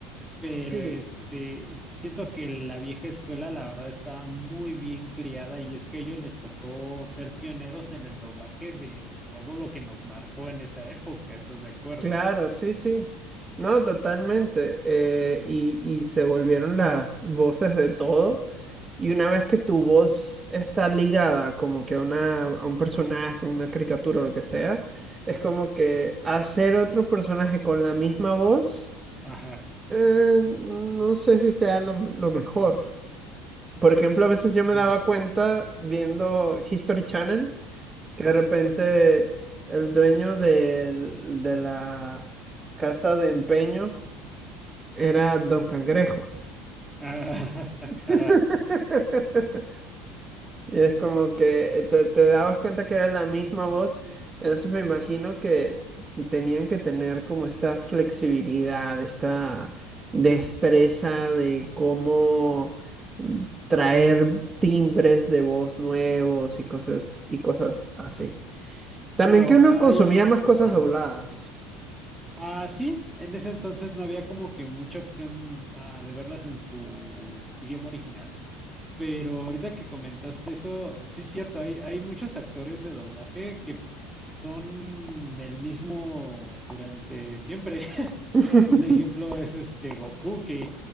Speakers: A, in the centre; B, on the right.
A: Pero
B: Sí.
A: este, siento que la vieja escuela, la verdad, estaba muy bien criada y es que a ellos les tocó ser pioneros en el doblaje de todo lo que nos marcó en esa época, ¿estás de acuerdo?
B: Claro, sí, sí. No, totalmente. Eh, y, y se volvieron las voces de todo. Y una
A: Ajá,
B: vez que tu voz está ligada como que a una, a un personaje, una caricatura, lo que sea, es como que hacer otro personaje con la misma voz,
A: ajá,
B: eh, no sé si sea lo, lo mejor. Por ejemplo, a veces
A: sí,
B: yo me daba cuenta viendo History Channel que
A: ajá,
B: de repente el dueño del- de, la casa de empeño era Don Cangrejo.
A: ajá,
B: <laughs>
A: <laughs> ajá.
B: Y es como que te, te dabas cuenta que era la misma voz. Entonces me imagino que tenían que tener como esta flexibilidad, esta destreza de cómo mm, traer timbres de voz nuevos y cosas, y cosas así. También
A: Pero
B: que uno
A: ahí,
B: consumía más cosas
A: ajá.
B: dobladas.
A: Ah, sí, en ese entonces no había como que mucha opción ah, de verlas en su idioma original. Pero ahorita que comentaste eso, sí es cierto, hay, hay muchos actores de doblaje que son el mismo durante siempre. <laughs>
B: <laughs>
A: Un ejemplo es este Goku, que